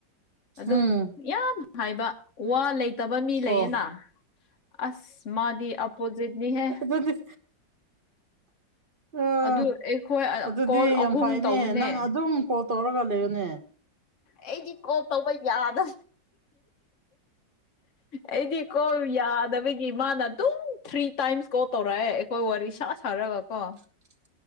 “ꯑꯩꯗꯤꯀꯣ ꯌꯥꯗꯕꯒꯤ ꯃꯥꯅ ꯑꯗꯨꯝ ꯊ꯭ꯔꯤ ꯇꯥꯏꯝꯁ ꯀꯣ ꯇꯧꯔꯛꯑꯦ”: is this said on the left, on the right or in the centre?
Left